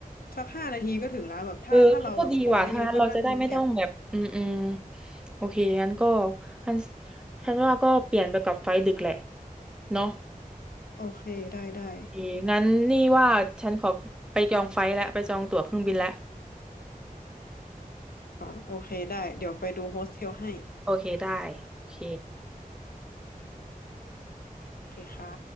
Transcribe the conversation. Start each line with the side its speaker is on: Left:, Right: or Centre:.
Left: สักห้านาทีก็ถึงแล้วแบบถ้าถ้าเราแบบของไม่เยอะก็นั่งแก๊ป
Centre: เอองันก็ดีว่ะถ้างั้นเราจะได้ไม่ต้องแบบอืมอืมโอเคงั้นก็งั้นฉันว่าก็เปลี่ยนไปกับไฟล์ดึกแหละเนาะ
Left: โอเคได้ได้
Centre: โอเคงั้นนี่ว่าฉันขอไปจองไฟล์แล้วไปจองตั๋วเครื่องบินแล้ว
Left: อ๋อโอเคได้เดี๋ยวไปดูโฮสเทลให้
Centre: โอเคได้โอเค
Left: โอเคค่ะ